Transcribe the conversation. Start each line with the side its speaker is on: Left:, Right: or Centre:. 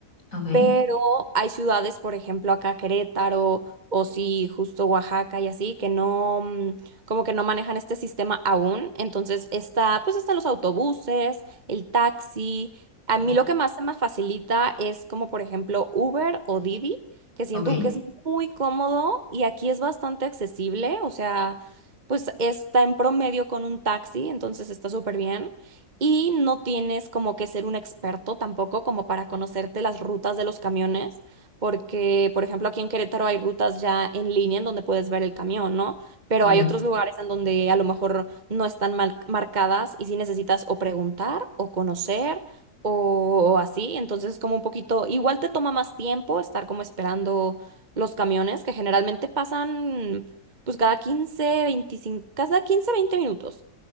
Left: Ok.
Right: pero hay ciudades, por ejemplo, acá Querétaro o sí, justo Oaxaca y así, que no, mm, como que no manejan este sistema aún. Entonces está, pues están los autobuses, el taxi. A mí
Left: Ok,
Right: lo que más se me facilita es como, por ejemplo, Uber o Didi, que siento
Left: ok,
Right: que es muy cómodo y aquí es bastante accesible, o sea, pues está en promedio con un taxi, entonces está súper bien. Y no tienes como que ser un experto tampoco como para conocerte las rutas de los camiones, porque, por ejemplo, aquí en Querétaro hay rutas ya en línea en donde puedes ver el camión, ¿no? Pero
Left: bien,
Right: hay otros lugares en donde a lo mejor no están mal- marcadas y sí necesitas o preguntar o conocer o, o así. Entonces es como un poquito, igual te toma más tiempo estar como esperando los camiones que generalmente pasan pues cada 15 25, cada 15 20 minutos.